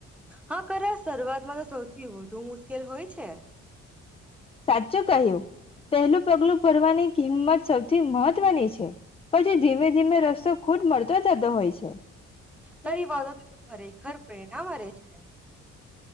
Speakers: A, in the centre; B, on the left.
A: હા કરાય, સરૂઆતમાં તો સૌથી વધુ મુસ્કેલ હોય છે.
B: સાચો કહ્યું, પહેલું પગલું ભરવાની કિંમત સૌથી મહ ત્વ ની છે. પછી ધીમે ધીમે રસ્તો ખુદ મળતો જતો હોય છે!
A: તારી
B: <unintelligible>
A: વાતો ખરેખર પ્રેરણા મળે છે